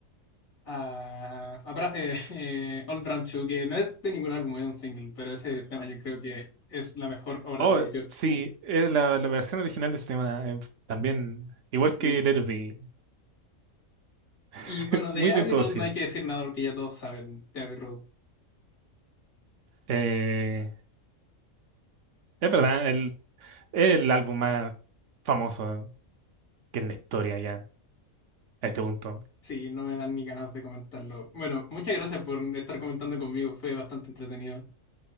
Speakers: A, on the left; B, on the right.
A: Ah, Abra- eh, <laughs> eh, Old Brown Shoe, que no es de ningún álbum, es un single, pero ese tema yo creo que es la mejor obra
B: Oh,
A: de George.
B: sí, es la, la versión original de ese tema eh, también, igual
A: Sí.
B: que Let It Be, <laughs>
A: Y bueno, de
B: muy
A: Abbey
B: bien producido.
A: Road no hay que decir nada porque ya todos saben de Abbey Road.
B: Eh, es verdad, el, es el álbum más famoso que en la historia ya, a este punto.
A: Sí, no me dan ni ganas de comentarlo. Bueno, muchas gracias por estar comentando conmigo, fue bastante entretenido.